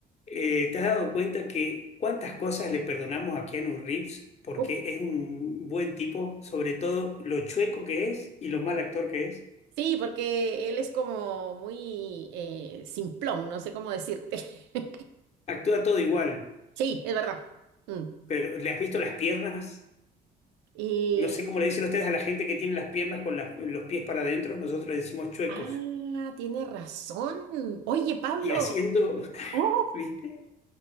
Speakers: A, on the left; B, on the right.
A: Eh, ¿te has dado cuenta que cuántas cosas le perdonamos a Keanu Reeves? Porque
B: Uf.
A: es un buen tipo, sobre todo lo chueco que es y lo mal actor que es.
B: Sí, porque él es como muy eh, simplón, no sé cómo decirte. <laughs>
A: Actúa todo igual,
B: Sí, es verdad. Mm.
A: pero ¿le has visto las piernas?
B: Y,
A: No sé cómo le dicen ustedes a la gente que tiene las piernas con las- los pies para adentro, nosotros le decimos chuecos.
B: ah, tiene razón. Oye, Pablo.
A: Y haciendo, <laughs>
B: Oh,
A: ¿viste?